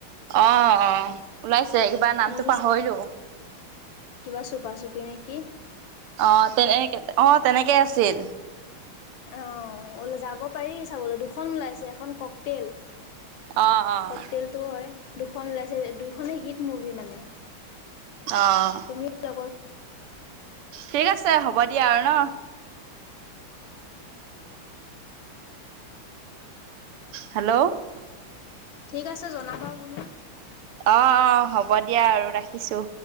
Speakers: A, on the right (about 85°); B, on the left (about 70°).
A: অঁ অঁ ওলাইছে কিবা নামটো
B: মুভি
A: পাহৰিলো।
B: কিবা চোপা চুপি নেকি।
A: অঁ তেনে কে, অঁ তেনেকে আছিল।
B: অঁ বুলোঁ যাব পাৰি চাবলৈ, দুখন ওলাইছে এখন কক তেল।
A: অ' অ'
B: কক তেলটো হয়। দুখন ওলাইছে দুইখনে হিট মুভি মানে।
A: অ'
B: তুমিও লগৰ।
A: ঠিক আছে হ'ব দিয়া আৰু ন। হেল্ল'।
B: ঠিক আছে জনাবা বোলো।
A: অঁ অঁ হ'ব দিয়া আৰু ৰাখিছো।